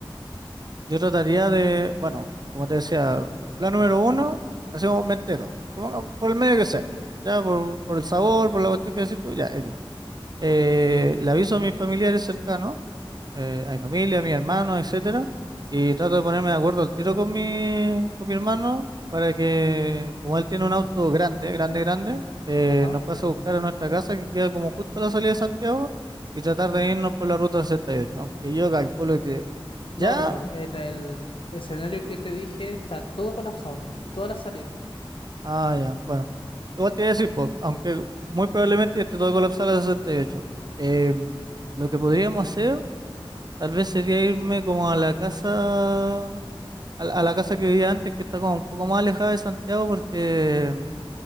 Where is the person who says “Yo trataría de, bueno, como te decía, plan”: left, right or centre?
Right